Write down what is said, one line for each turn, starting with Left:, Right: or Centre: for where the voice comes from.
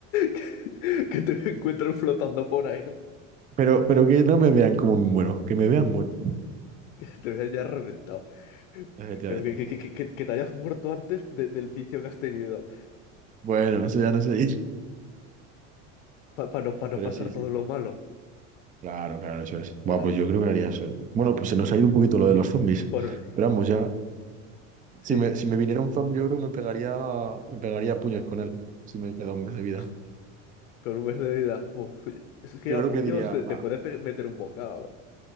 Left: Que, que te encuentren flotando por ahí, ¿no?
Right: Pero, pero que no me vean como me muero, que me vean muerto.
Left: Que te vean ya reventado.
Right: Efectivamente.
Left: Pero que, que- que- que- que te hayas muerto antes de- del vicio que has tenido.
Right: Bueno, eso ya no se dice.
Left: Para no, pa
Right: Pero
Left: no pasar
Right: sí, sí.
Left: todo lo malo.
Right: Claro, claro, eso es. Bueno,
Left: Claro,
Right: pues yo creo que haría eso. ¿eh? Bueno, pues se nos ha ido
Left: sí.
Right: un poquito lo de
Left: Y,
Right: los zombies.
Left: y por...
Right: Pero vamos, ya
Left: Sí.
Right: Si me, si me viniera un zombie, yo creo que me pegaría, me pegaría a puños con él, si me queda un mes de vida.
Left: Hostia, con un mes de vida. uf, Es que
Right: Yo
Left: a
Right: creo
Left: puños
Right: que diría,
Left: te, te
Right: va,
Left: puede pe- meter un bocado, eh.